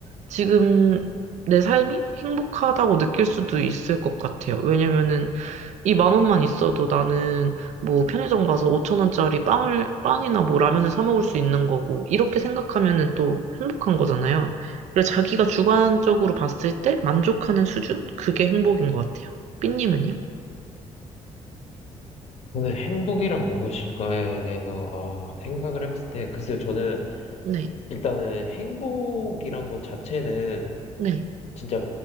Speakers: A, on the right (about 70°); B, on the left (about 60°).
A: 지금 내 삶이 행복하다고 느낄 수도 있을 것 같아요. 왜냐면은 이 만 원만 있어도 나는 뭐 편의점 가서 5천 원짜리 빵을, 빵이나 뭐 라면을 사 먹을 수 있는 거고, 이렇게 생각하면은 또 행복한 거잖아요. 그래서 자기가 주관적으로 봤을 때 만족하는 수준? 그게 행복인 것 같아요. 삐님은요?
B: 저는 행복이란 무엇일까에 대해서, 아, 생각을 해봤을 때, 글쎄요, 저는
A: 네,
B: 일단은 행복이란 것 자체는
A: 네,
B: 진짜,